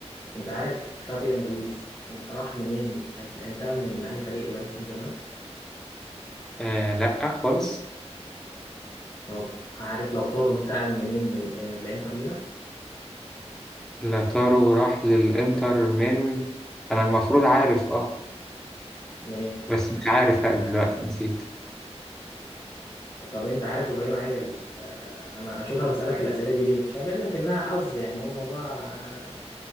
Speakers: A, on the left; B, in the centre.
A: انت عارف فابيان رويز راح منين انت- انتقل من انهي فريق لباريس سان جيرمان
B: اه لا خالص
A: طب عارف لو طارو انتقل منين من آه، لانتر ميلان
B: لاتارو راح للانتر من انا المفروض عارف اه
A: منين
B: بس مش عارف لا دلوقتي نسيت
A: طب انت عارف ابراهيم عادل آه، آه، انا اشوف انا بسالك الاسئله دي ليه عشان بقول لك انها حظ يعني هو موضوع آه،